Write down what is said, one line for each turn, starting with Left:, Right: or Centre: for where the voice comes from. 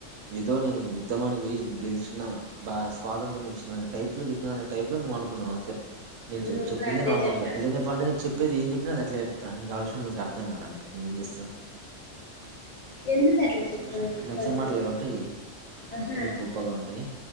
Right: ఏదో నేను ఉద్దమానికి పోయి గెలిచినా, బా స్వాతంత్రం తేచ్చినావ్ అనే టైప్ లో చెప్పినానే టైప్ లో నువ్వు అనుకున్నావు అంతే. నేన్ జేపి
Left: నువ్వు
Right: చెప్పిందే
Left: కూడా అట్లే
Right: నార్మల్
Left: చెప్పావు
Right: గా నిజం చెప్పాలంటే నేను చెప్పేది ఏం చెప్పిన అది అ అట్లే చెప్తా నీకు ఆ విషయం నిక్ అర్థం కాల అంతే నేనే ఏం చేస్తా
Left: ఎందుకు
Right: నీకు
Left: అట్లా
Right: నచ్చిన
Left: చెప్పావు
Right: విషయం నీకు
Left: చెప్పు
Right: నచ్చిన
Left: అసలు
Right: మాటలు కాబట్టి
Left: ఆహా
Right: నీకు గొప్పగా ఉంటాయి